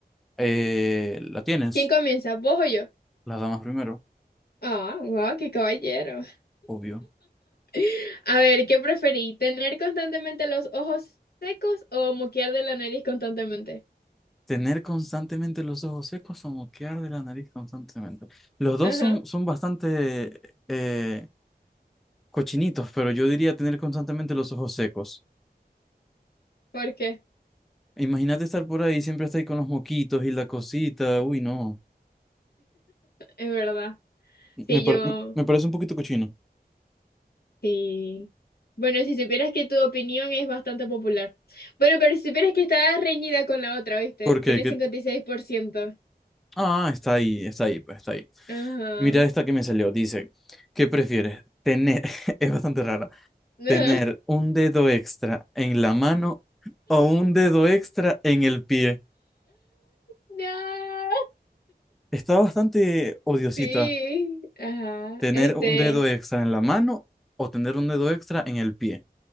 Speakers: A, in the centre; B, on the left.
A: Eh, la tienes,
B: ¿Quién comienza? ¿Vos o yo?
A: las damas primero,
B: Ah, wow, qué caballero.
A: obvio.
B: <laughs> A ver, ¿qué preferí? ¿Tener constantemente los ojos secos o moquear de la nariz constantemente?
A: Tener constantemente los ojos secos o moquear de la nariz constantemente. Los dos
B: Ajá,
A: son, son bastante eh, cochinitos, pero yo diría tener constantemente los ojos secos.
B: ¿por qué?
A: Imagínate estar por ahí, siempre estar ahí con los moquitos y la cosita. Uy, no.
B: Es verdad. Sí,
A: Me, pare-
B: yo,
A: me me parece un poquito cochino.
B: sí. Bueno, si supieras que tu opinión es bastante popular. Bueno, pero si supieras que está reñida con la otra, ¿viste?
A: ¿Por qué?
B: Tiene
A: ¿Qué-
B: 56%.
A: Ah, está ahí, está ahí, pues está ahí.
B: Ajá.
A: Mira esta que me salió. Dice, ¿qué prefieres? Tener, <laughs> es bastante rara,
B: <laughs>
A: tener un dedo extra en la mano o un dedo extra en el pie.
B: No,
A: Está bastante odiosita.
B: sí, ajá.
A: Tener
B: Este,
A: un dedo extra en la mano o tener un dedo extra en el pie.